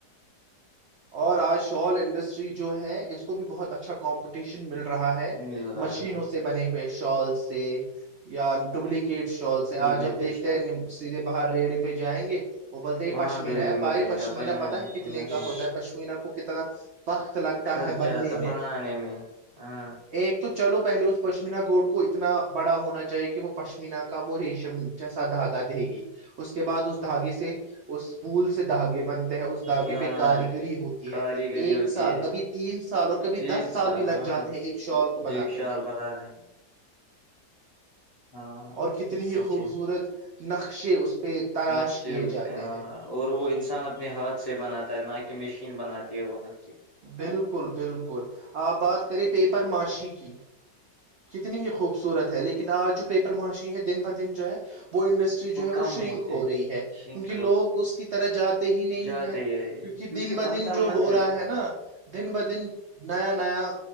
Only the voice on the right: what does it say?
اور آج شال انڈسٹری جو ہے اس کو بھی بہت اچھا کمپٹیشن مل رہا ہے
مشینوں
سے سے بنے ہوئے شال سے یا ڈوبلیک کیٹ شال سے
آج جب دیکھتے
ہیں سیدھے باہر ریڑے پہ جائیں گے وہ بولتے ہے یہ پشمین
ہے
پائی
پشمینا
پتا ہے کتنے کا ہوتا ہے پشمین کو کتنا وقت لگتا
ہے بننے
میں
ایک تو چلو پہلے اس پشمینہ گوڈ کو اتنا بڑا ہونا چاہیے کہ وہ پشمین کا وہ ریشم جیسا دھاگا دے گی اس کے بعد اس دھاگے سے اس بول سے دھاگے بنتے ہیں اس دھاگے
پہ کاری گری ہوتی
ہے ایک
سال
کبھی تین سال اور کبھی
دس سال بھی لگ
جاتے ہیں ایک شال کو بنانے
میں
اور کتنی ہی
خوبصورت نقشے اس پہ تراش
کیے
جاتے
ہیں
بالکل بالکل آپ بات کریں پیپر معاشی کی کتنی ہی خوبصورت ہے لیکن آج جو پیپر ماشی ہے دن ب دن جو ہے وہ انڈسٹری جو ہے
وہ شرنک
ہو رہی ہے کیونکہ
لوگ اس کی طرح جاتے ہی نہیں
ہے
کیونکہ دن ب
دن جو
ہو رہا
ہے ہے نا دن ب دن نیا نیا